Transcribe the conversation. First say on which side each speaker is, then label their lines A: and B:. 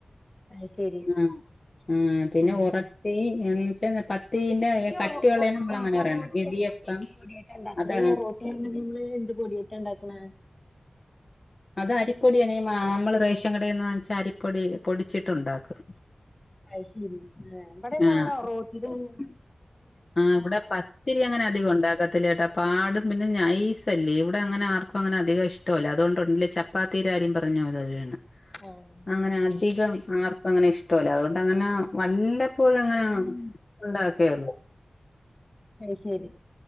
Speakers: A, on the left (about 20°); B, on the left (about 40°).
A: അത് ശരി
B: ആഹ് ആഹ് പിന്നെ
A: ഉം
B: ഉറട്ടി എന്നച്ച പത് പിന്നെ
A: ഈ
B: കട്ടിയൊള്ളേന്
A: ഒറോ ഒ
B: നമ്മളങ്ങനെ
A: ഒ ഒറോട്ടി
B: പറയണം ഇടിയപ്പം
A: എന്ത് എന്ത് പൊടിയായിട്ടാ ഇണ്ടാക്ക്ണെ
B: അതാണ് തി
A: <unintelligible> എന്ത് പൊടിയായ്ട്ടാ ണ്ടാക്ക്ണേ
B: അത് അരിപ്പൊടയ്നിമാ നമ്മള് റേഷൻ കടേന്ന് വാങ്ങിച്ച അരിപ്പൊടി പൊടിച്ചിട്ടുണ്ടാക്കും
A: അയ്ശരി ഏ ഇബടൊന്നും
B: ആഹ്
A: അങ്ങനെ ഓറോട്ടിലൊന്നും
B: ആഹ് ഇവടെ പത്തിൽ അങ്ങനെ അധികം ഉണ്ടാക്കത്ത് ത്തില്ലട്ടൊ പാടും പിന്നെ നൈസല്ലേ ഇവിടെ അങ്ങനെ ആർക്കും അങ്ങനെ അധി കൊഷ്ടൊല്ല അതോണ്ട് ഒൺലി ചപ്ത്തി പ്പാത്തീടാര്യം പറഞ്ഞോലൊരണ്ണം
A: ആവും
B: അങ്ങനെ അധികം ആർക്കൊങ്ങനെ ഇഷ്ടൊല്ല അതുകൊണ്ട് അങ്ങനെ വല്ല പ്പോഴൊങ്ങനാ
A: ഉം
B: ഉണ്ടാക്കേള്ളൂ
A: അയ് ശരി